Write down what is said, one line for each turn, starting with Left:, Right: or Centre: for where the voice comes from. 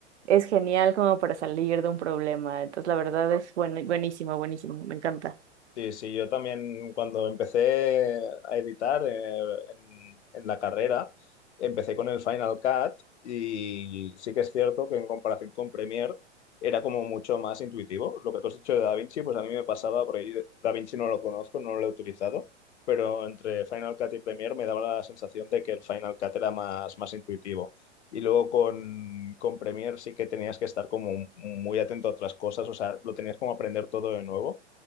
Right: es genial como para salir de un problema. Entonces, la verdad es buen- buenísimo, buenísimo, me encanta.
Left: Sí, sí, yo también cuando empecé a editar eh, en, en la carrera, empecé con el Final Cut y sí que es cierto que en comparación con Premiere era como mucho más intuitivo. Lo que tú has dicho de DaVinci, pues a mí me pasaba, porque yo DaVinci no lo conozco, no lo he utilizado, pero entre Final Cut y Premiere me daba la sensación de que el Final Cut era más, más intuitivo. Y luego con, con Premiere sí que tenías que estar como muy atento a otras cosas, o sea, lo tenías como aprender todo de nuevo.